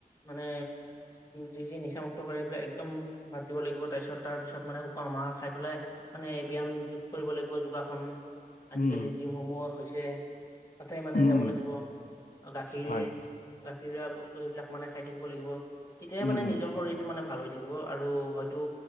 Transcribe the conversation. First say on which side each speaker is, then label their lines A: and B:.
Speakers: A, on the left (about 20°); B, on the left (about 55°).
A: মানে যি-যি নিচামুক্ত কৰে এইবিলাক একদম বাদ দিব লাগিব, তাৰপিছত, তাৰপিছত মানে শুকুৱমাৰ খাই পেলাই মানে ব্যায়াম যোগ কৰিব লাগিব যোগাসন আজিকালি
B: উম,
A: জিমসমূহ হৈছে তাতে মানে
B: উম,
A: যাব
B: উম,
A: লাগিব, আৰু গাখীৰ
B: হয়,
A: গাখীৰৰোৱা বস্তু সেইবিলাক মানে খাই থাকিব লাগিব। তেতিয়াই
B: উম,
A: মানে
B: উম,
A: নিজৰ শৰীৰ মানে ভাল হৈ থাকিব আৰু হয়তো